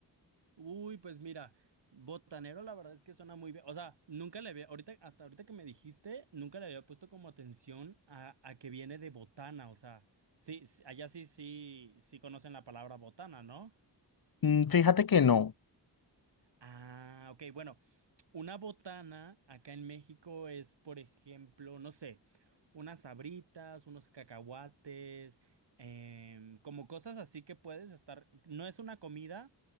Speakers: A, on the right; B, on the left.
A: Uy, pues mira, botanero la verdad es que suena muy bien. O sea, nunca le había, ahorita, hasta ahorita que me dijiste, nunca le había puesto como atención a, a que viene de botana. O sea, sí, s- allá sí, sí, sí conocen la palabra botana, ¿no?
B: Mm, Fíjate que no.
A: Ah, ok, bueno, una botana acá en México es, por ejemplo, no sé, unas sabritas, unos cacahuates, em, como cosas así que puedes estar. No es una comida,